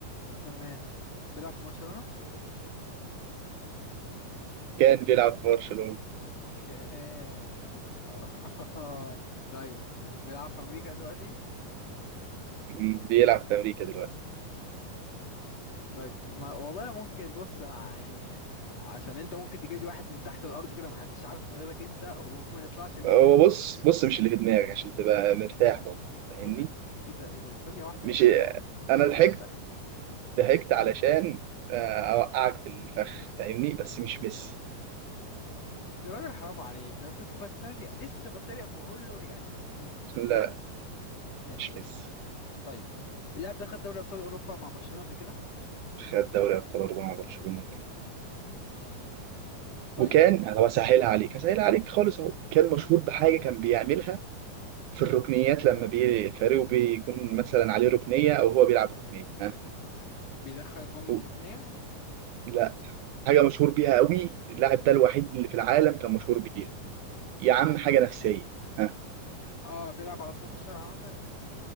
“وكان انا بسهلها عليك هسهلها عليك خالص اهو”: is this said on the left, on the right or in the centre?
Right